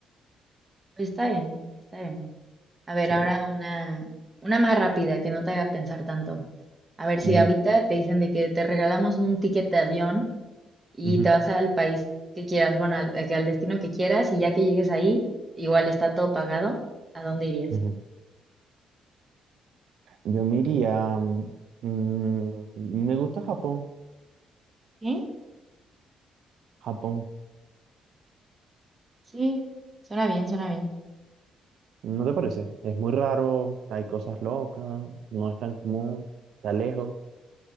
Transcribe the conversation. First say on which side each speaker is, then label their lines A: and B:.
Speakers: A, on the right; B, on the right.
A: Pero está bien, está bien. A ver,
B: Sí.
A: ahora una, una más rápida que no te haga pensar tanto. A ver, si
B: Ujú,
A: ahorita te dicen de que te regalamos un ticket de avión y
B: ujú,
A: te vas al país que quieras, bueno, al, a que- al destino que quieras, y ya que llegues ahí, igual está todo pagado, ¿a dónde irías?
B: ujú. Yo me iría. mm, me gusta Japón.
A: ¿Sí?
B: Japón,
A: Sí, suena bien, suena bien.
B: ¿no te parece? Es muy raro, hay cosas locas, no es tan común, está lejos.